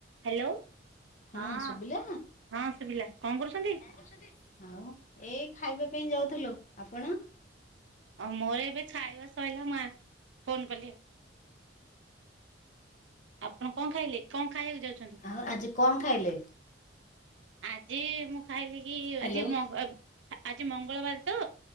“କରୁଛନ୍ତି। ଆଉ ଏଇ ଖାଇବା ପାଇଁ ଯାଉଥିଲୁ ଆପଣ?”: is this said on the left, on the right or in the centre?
Left